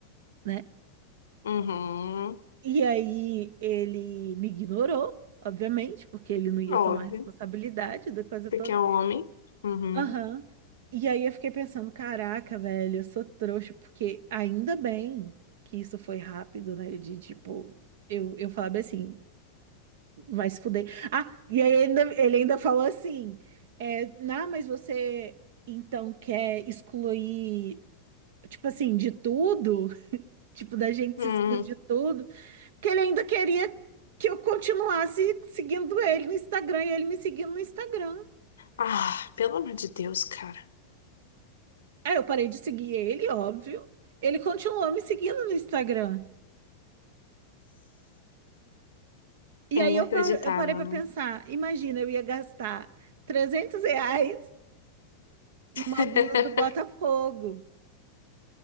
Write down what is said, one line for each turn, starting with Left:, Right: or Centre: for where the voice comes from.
Right: né?
Left: Uhum.
Right: E aí ele me ignorou, obviamente, porque ele não ia
Left: Óbvio.
Right: tomar responsabilidade da coisa
Left: Porque
Right: toda.
Left: é homem. Uhum.
Right: Aham. E aí eu fiquei pensando, caraca, velho, eu sou trouxa, porque ainda bem que isso foi rápido, né? De tipo, eu, eu falava assim, vai se fuder. Ah, e aí ele ainda, ele ainda falou assim, é, não, mas você então quer excluir, tipo assim, de tudo? <laughs> Tipo, da gente
Left: Hum.
Right: se excluir de tudo? Porque ele ainda queria que eu continuasse seguindo ele no Instagram e ele me seguindo no Instagram.
Left: Ah, pelo amor de Deus, cara.
Right: Aí eu parei de seguir ele, óbvio. Ele continuou me seguindo no Instagram. E
Left: É
Right: aí
Left: inacreditável,
Right: eu, pa- eu parei para
Left: né?
Right: pensar: imagina, eu ia gastar 300 reais numa
Left: <laughs>
Right: blusa do Botafogo.